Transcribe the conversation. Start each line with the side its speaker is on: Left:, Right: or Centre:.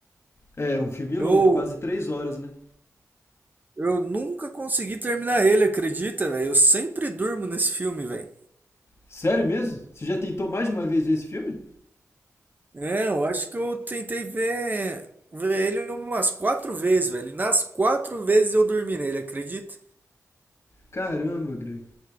Left: É, é um filme
Right: Eu,
Left: longo, quase três horas, né?
Right: eu nunca consegui terminar ele, acredita, velho? Eu sempre durmo nesse filme, velho.
Left: Sério mesmo? Você já tentou mais de uma vez ver esse filme?
Right: É, eu acho que eu tentei ver, ver ele umas quatro vezes, velho. E Nas quatro vezes eu dormi nele, acredita?
Left: Caramba, Greg.